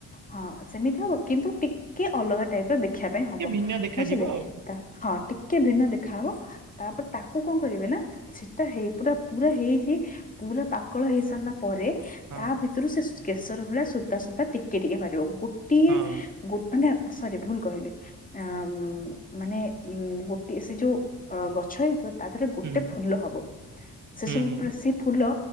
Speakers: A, on the left (about 20°); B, on the right (about 55°).
A: ହଁ ସେମିତି ହବ କିନ୍ତୁ ଟିକ କେ ଅଲଗା ଟାଇପ୍ ର ଦେଖିବା ପାଇଁ
B: ଟିକେ
A: ହବ,
B: ଭିନ୍ନ ଦେଖାଯିବ
A: ବୁଝିଲେ
B: ଆଉ
A: ତ ହଁ ଟିକେ ଭିନ୍ନ ଦେଖାହବ ତାପରେ ତା କଣ କରିବେ ନା ସେଟା ହେଇ ପୁରା ପୁରା ହେଇକି ପୁରା ପକଳ ହେଇସାରିଲା ପରେ
B: ହଁ
A: ତା ଭିତରୁ ସେ ଶୁ କେଶର ଭଳିଆ ସୂତା ସୂତା ଟିକେ ଟିକେ ବାହାରିବ ଗୋଟିଏ
B: ହଁ ହଁ
A: ଗୋ ମାନେ ସରି ଭୁଲ କହିଲେ ଅ ମାନେ ଉ ଗୋଟେ ସେ ଯୋଉ ଅ ଗଛ ହେଇଥିବ ତା ଦେହରେ ଗୋଟେ
B: ହୁଁ
A: ଫୁଲ ହବ ସେ
B: ହୁଁ
A: ସବୁ ବାଶି ଫୁଲ